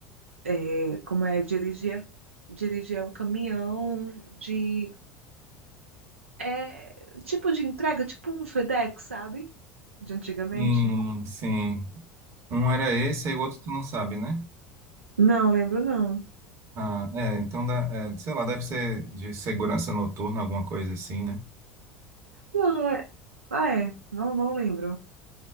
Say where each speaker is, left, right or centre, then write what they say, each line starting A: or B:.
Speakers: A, on the right; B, on the right.
A: é, como é, dirigia, dirigia um caminhão de, é, tipo de entrega, tipo um FedEx, sabe? De antigamente.
B: Sim, sim. Um era esse, aí o outro tu não sabe, né?
A: Não lembro, não.
B: Ah, é, então, dá, é, sei lá, deve ser de segurança noturna, alguma coisa assim, né?
A: Não, é, ah, é, não, não lembro.